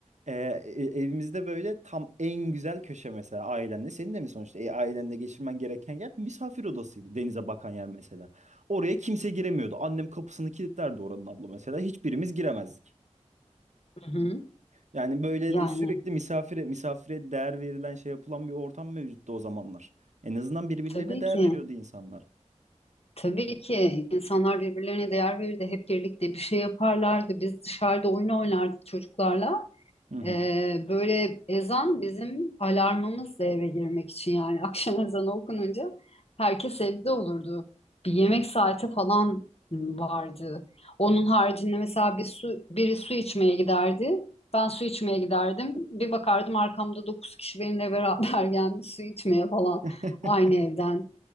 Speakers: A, on the right; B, on the left.
A: Ee, e- evimizde böyle tam en güzel köşe mesela ailenle senin de mi sonuçta e, ailenle geçirmen gereken yer misafir odasıydı denize bakan yer mesela. Oraya kimse giremiyordu annem kapısını kilitlerdi oranın abla mesela hiçbirimiz giremezdik.
B: Hı hı.
A: Yani böyle
B: Yani
A: sürekli misafire misafire değer verilen şey yapılan bir ortam mevcuttu o zamanlar. En azından birbirlerine
B: tabii
A: değer
B: ki.
A: veriyordu insanlar.
B: Tabii ki insanlar birbirlerine değer verirdi. Hep birlikte bir şey yaparlardı. Biz dışarıda oyun oynardık çocuklarla.
A: Hı hı.
B: Ee, böyle ezan bizim alarmımızdı eve girmek için yani. <laughs> Akşam ezanı okununca herkes evde olurdu. Bir yemek saati falan vardı. Onun haricinde mesela bir su, biri su içmeye giderdi. Ben su içmeye giderdim. Bir bakardım arkamda dokuz kişi benimle beraber <laughs> gelmiş su içmeye falan
A: <laughs>
B: aynı evden.